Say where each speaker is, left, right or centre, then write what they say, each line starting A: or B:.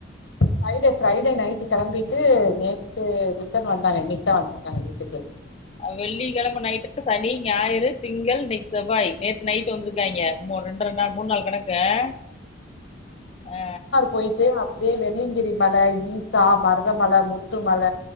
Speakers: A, on the left; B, on the left.
A: ஃப்ரைடே ஃப்ரைடே நைட் கெளம்பிட்டு நேத் விட்டு ரிட்டன் வந்தாங்க இன்னைக் தா வந்தாங்க வீட்டுக்கு
B: வெள்ளிக்கிழம நைட்டுட்டு சனி ஞாயிறு திங்கள் இன்னைக்கு செவ்வாய் நேத்து நைட் வந்துருக்காங்கிய ஆமா ரெண்டற நாள் மூணு நாள் கணக்கு அ ஆ
A: போயிட்டு அப்டியே வெள்ளிங்கிரி மல ஈசா மருதமல முத்துமல